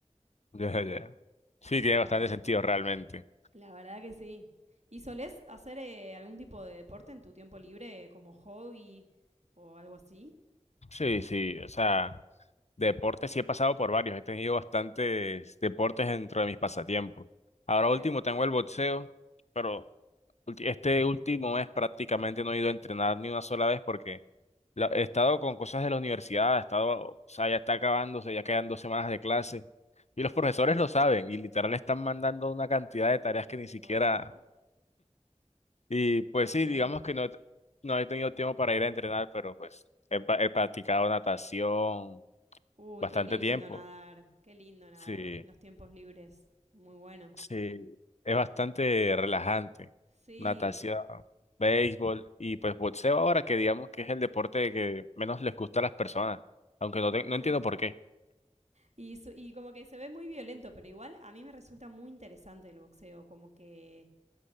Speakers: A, on the left; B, on the right.
A: Ya, ya. Sí, tiene
B: <laughs> Está
A: bastante
B: bueno.
A: sentido realmente.
B: La verdad que sí. ¿Y solés hacer eh, algún tipo de deporte en tu tiempo libre como hobby o algo así?
A: Sí, sí, o sea, deportes sí he pasado por varios, he tenido bastantes deportes dentro de mis pasatiempos. Ahora
B: Ok.
A: último tengo el boxeo, pero ulti- este último mes prácticamente no he ido a entrenar ni una sola vez porque la- he estado con cosas de la universidad, he estado, o sea, ya está acabándose, ya quedan dos semanas de clase y los profesores lo saben y literal están mandando una cantidad de tareas que ni siquiera
B: Oh,
A: Y pues
B: no hay
A: sí,
B: tiempo.
A: digamos que no, he- no he tenido tiempo para ir a entrenar, pero pues he, pa- he practicado natación
B: Uy,
A: bastante
B: qué lindo
A: tiempo.
B: nadar, qué lindo nadar,
A: Sí,
B: los tiempos libres. Muy bueno.
A: sí, es bastante relajante.
B: Sí.
A: Natación, béisbol y pues boxeo ahora que digamos que es el deporte que menos les gusta a las personas, aunque no, te- no
B: <laughs>
A: entiendo por qué. <laughs>
B: Y, su- y como que se ve muy violento, pero igual a mí me resulta muy interesante el boxeo, como que,